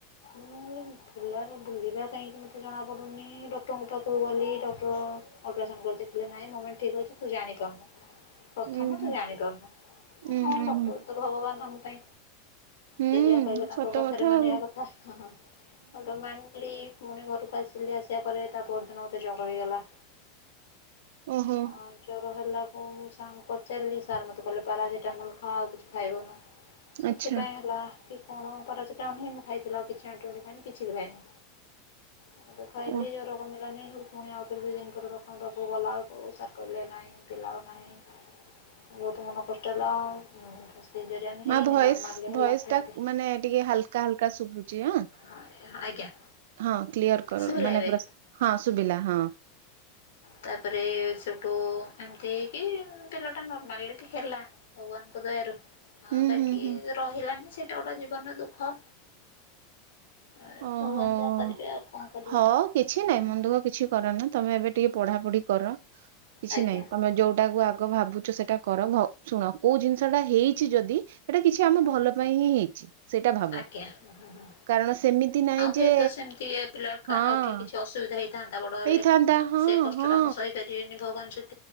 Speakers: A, on the left; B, on the right.
A: ମୁଁ, ପିଲାର ବୁଲିବା କାହିଁକି ମୋତେ ଜଣାପଡ଼ୁନି? ଡକ୍ଟରଙ୍କ ପାଖକୁ ଗଲି ଡକ୍ଟର ଅଲଟ୍ରାସାଉଣ୍ଡ କରି ଦେଖିଲେ ନାଇଁ ମୋମେଣ୍ଟ ଠିକ୍ ଅଛି ତୁ ଜାଣିପାରୁନୁ? ପ୍ରଥମ
B: ଉୁଁ ହୁଁ
A: ତୁ ଜାଣିପାରୁନୁ। ହଁ,
B: ଉଁ ହୁଁ
A: ଡକ୍ଟର ତ ଭଗବାନ ଆମ ପାଇଁ।
B: ହୁଁ
A: ସେ ଯାହା
B: ହୁଁ
A: କହିବେ, ତାଙ୍କ
B: ସତ
A: କଥାରେ
B: କଥା
A: ମାନିବା
B: ଆଉ
A: କଥା। ହଁ, ହଁ ବଟ୍ ମାନ୍ କାଲି, ପୁଣି ଘରକୁ ଆସିଲି। ଆସିବା ପରେ, ତା ପରଦିନ ମତେ ଜର ହେଇଗଲା।
B: ଓହୋ!
A: ଅଁ ଜର ହେଲାକୁ ସାର୍ଙ୍କୁ ପଚାରିଲି ସାର୍ ମତେ କହିଲେ ପାରାସିଟାମଲ୍ ଖାଆ। ଆଉ କିଛି ଖାଇବୁନୁ। ସେଥିପାଇଁ
B: ଆଚ୍ଛା
A: ହେଲା କି କଣ? ପରସିଟାମଲ୍ ହିଁ ମୁଁ ଖାଇଥିଲ। କିଛି ଆଣ୍ଟିବାଟିକ୍ ଖାଇନି କିଛି ବି ଖାଇନି। <unintelligible> ଖାଇଲି
B: ଓ
A: ଜର କମିଲାନି, ହେଠୁପୁଣି ଆଉଥରେ ଦୁଇ ଦିନ ପରେ ଡ଼କ୍ ଙ୍କ ପାଖକୁ ଗଲାଅଳକୁ, ସାର୍ କହିଲେ ନାହିଁ। ପିଲା ଆଉ ନାହିଁ। ବହୁତ ମନ କଷ୍ଟ ହେଲା ଆଉ। <unintelligible> ହେଇନି
B: ମାଁ ଭଏସ୍,
A: ନର୍ମାଲରେ ହେଲା
B: ଭଏସ୍
A: ସେମିତି।
B: ଟା ମାନେ ଟିକେ ହାଲ୍କା ହାଲ୍କା ଶୁଭୁଛି ହାଁ।
A: ହଁ, ଆଜ୍ଞା।
B: ହଁ, କ୍ଲିୟର କର।
A: ଶୁଭିଲା
B: ମାନେ
A: ଏବେ
B: ପୁରା ହଁ, ଶୁଭିଲା ହଁ।
A: ତା'ପରେ ସେଠୁ ଏମତି ହେଇ କି-ଇ, ପିଲାଟା ନର୍ମାଲଟି ହେଲା ଭଗବାନଙ୍କ ଦୟାରୁ।
B: ହୁଁ
A: ଆଉ, ବାକି
B: ହୁଁ ହୁଁ
A: ରହିଲାନି ସେଇଟା ଗୋଟେ ଜୀବନର ଦୁଃଖ। ଏ
B: ଓହୋ
A: ଭଗବାନ ଯାହା କରିବେ, ଆଉ କଣ କରିବି?
B: ହଁ କିଛି
A: ହୁଁ।
B: ନାହିଁ ମନ ଦୁଃଖ କିଛି କର ନା। ତମେ ଏବେ ଟିକେ ପଢାପଢି କର, କିଛି
A: ଆଜ୍ଞା
B: ନାଇଁ। ତମେ ଯୋଉଟାକୁ ଆଗ ଭାବୁ ସେଟା କର। ଭ ଶୁଣ କୋଉ ଜିନିଷ ଟା ହେଇଛି ଯଦି ସେଇଟା କିଛି ଆମ
A: ହୁଁ
B: ଭଲ ପାଇଁ ହିଁ ହେଇଛି। ସେଇଟା ଭାବ।
A: ଆଜ୍ଞା ହୁଁ ହୁଁ।
B: କାରଣ ସେମିତି ନାହିଁ
A: ଆଉ, ହୁଏତ
B: ଯେ
A: ସେମିତି ଏ ପିଲା କା
B: ହଁ
A: ଆଉ ଟିକେ କିଛି ଅସୁବିଧା ହେଇ ଥାନ୍ତା ବଡ ହେଲେ।
B: ହେଇଥାନ୍ତା ହଁ
A: ସେ କଷ୍ଟ
B: ହଁ।
A: ଟା ମୁଁ ସହିପାରିବିନି। ଭଗବାନ ସେତ